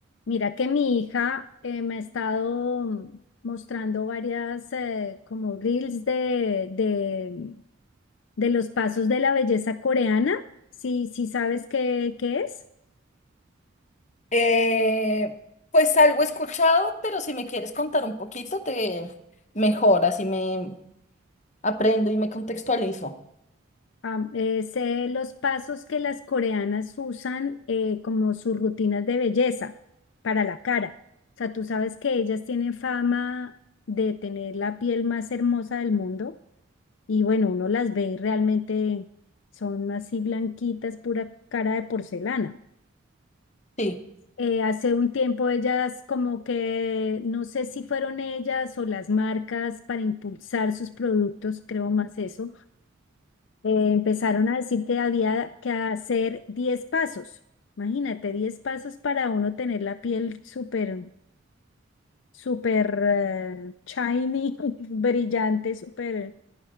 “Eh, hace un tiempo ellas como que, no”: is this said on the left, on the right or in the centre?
Left